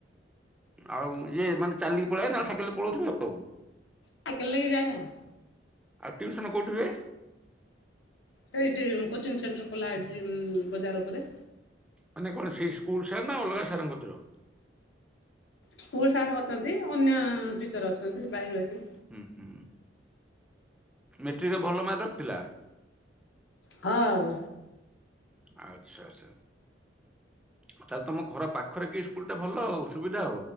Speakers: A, in the centre; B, on the left.
A: ଆଉ ଇଏ ମାନେ ଚାଲିକି ପଳେଇଏ ନା ସାକ ପଳଉିବ ଆଉ।
B: ସାଇକେଲ ନେଇକି ଯାଏ ଆଉ।
A: ଆଉ ଟଟିଉସନ କୋଉଠିିବ
B: ସେଇଠି କୋଚିଂ ସେଣ୍ଟର ଖୋଲା ହେଇଛି ବଜାର ଉପରେ।
A: ମାନେ କଣ ସେଇ ସ୍କୁଲ ସାର୍ ନା ଅଲଗା ସାରତିର।
B: ସ୍କୁଲ ସାର୍ ଅଛନ୍ତି ଅନ୍ୟ ଟିଚର ଅଛନ୍ତି ବାହାରୁ ଆସି।
A: ହୁଁ ହୁଁ ମେଟ୍ରିକରେ ଭଲ ମାର୍କ ରଖିଥିଲା।
B: ହଁ ଆଉ।
A: ଆଚ୍ଛା ଆଚ୍ଛା ତାହେଲେ ତମ ଘର ପାଖରେ କି ସ୍କୁଲ ଟା ଭଲବ ସୁବିଧା।